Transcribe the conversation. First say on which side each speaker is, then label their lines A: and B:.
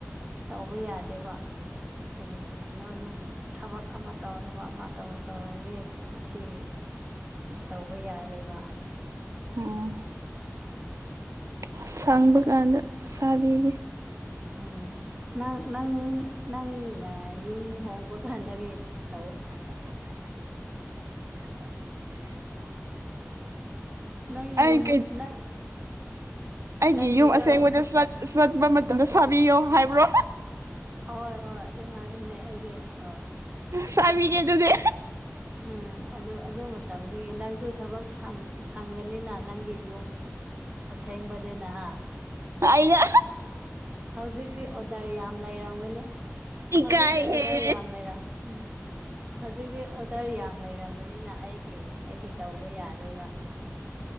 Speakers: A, on the right (about 20°); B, on the right (about 65°).
A: ꯇꯧꯕ ꯌꯥꯗꯦꯕ ꯀꯔꯤ ꯀꯔꯤꯅꯣ ꯑꯗꯨꯝ ꯊꯕꯛ ꯑꯃ ꯇꯧꯔꯕ ꯑꯃ ꯇꯧ ꯇꯧꯔꯗꯤ ꯑꯁꯤ ꯇꯧꯕ ꯌꯥꯔꯣꯏꯕ
B: ꯎꯝ ꯑ ꯁꯪꯕ ꯀꯥꯟꯗ ꯁꯥꯕꯤꯒꯦ
A: ꯎꯝ ꯅꯪ ꯅꯪ ꯅꯪꯅ ꯌꯨꯝ ꯍꯣꯡꯕ ꯀꯥꯟꯗꯒꯤ ꯇꯧ ꯅꯪꯒꯤ
B: ꯑꯩ
A: ꯌꯨꯝ
B: ꯀꯩ
A: ꯅꯪ ꯅꯪꯒꯤꯗꯣ
B: ꯑꯩꯒꯤ ꯌꯨꯝ ꯑꯁꯦꯡꯕꯗ ꯆꯠ ꯆꯠꯄ ꯃꯇꯝꯗ ꯁꯥꯕꯤꯌꯣ ꯍꯥꯏꯕ꯭ꯔꯣ
A: ꯑꯍꯣꯏ ꯍꯣꯏ ꯑꯗꯨꯝ ꯍꯥꯏꯕꯅꯦ ꯑꯩꯗꯤ ꯑ
B: ꯁꯕꯤꯒꯦ ꯑꯗꯨꯗꯤ
A: ꯎꯝ ꯑꯗꯨ ꯑꯗꯨ ꯃꯇꯝꯗꯒꯤ ꯅꯪꯁꯨ ꯊꯕꯛ ꯁꯪꯒꯅꯤꯅ ꯅꯪꯒꯤ ꯌꯨꯝ ꯑꯁꯦꯡꯕꯅꯤꯅ ꯍꯥ
B: ꯑꯌꯥ
A: ꯍꯧꯖꯤꯛꯇꯤ ꯑꯣꯗꯔ ꯌꯥꯝ ꯂꯩꯔꯝꯒꯅꯤ
B: ꯏꯀꯥꯏꯍꯦ
A: ꯍꯧꯖꯤꯛꯇꯤ ꯑꯣꯗꯔ ꯌꯥꯝ ꯂꯩꯔ ꯎꯝ ꯍꯧꯖꯤꯛꯇꯤ ꯑꯣꯗꯔ ꯌꯥꯝ ꯂꯩꯔꯝꯕꯅꯤꯅ ꯑꯩꯒꯤ ꯑꯩꯒꯤ ꯇꯧꯕ ꯌꯥꯔꯣꯏꯕ